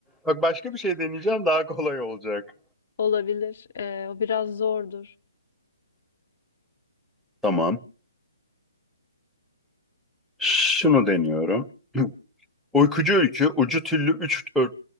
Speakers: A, in the centre; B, on the left.
A: Bak başka bir şey deneyeceğim daha kolay olacak.
B: Olabilir. Ee, o biraz zordur.
A: Tamam. Şunu deniyorum. <clears throat> <laughs> Uykucu ülkü ucu tüllü üç ört.